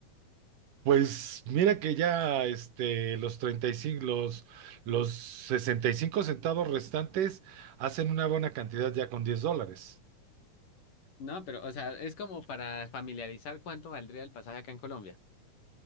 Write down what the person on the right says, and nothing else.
Pues mira que ya este, los 35, los, los 65 centavos restantes hacen una buena cantidad ya con 10 dólares.